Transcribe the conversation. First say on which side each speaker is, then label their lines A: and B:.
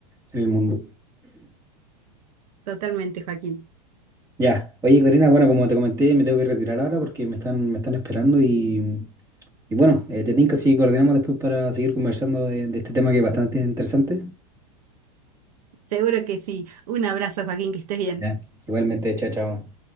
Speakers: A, on the right; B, on the right.
A: en el mundo.
B: Totalmente, Joaquín.
A: Ya, oye Corina, bueno, como te comenté, me tengo que retirar ahora porque me están, me están esperando y... Y bueno, eh, te tinca si coordinamos después para seguir conversando de, de este tema que es bastante interesante.
B: Seguro que sí. Un abrazo, Joaquín, que estés bien.
A: Ya. Igualmente, chao, chao.